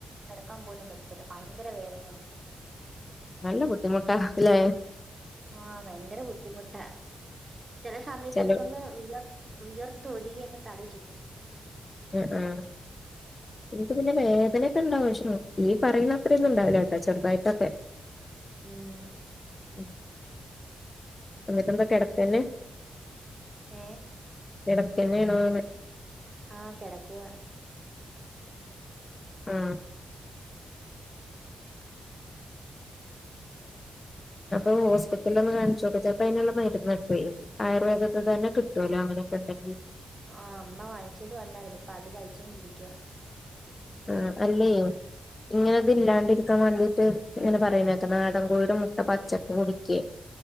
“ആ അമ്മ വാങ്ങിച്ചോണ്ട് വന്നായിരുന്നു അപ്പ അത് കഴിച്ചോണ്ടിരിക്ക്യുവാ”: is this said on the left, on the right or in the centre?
Right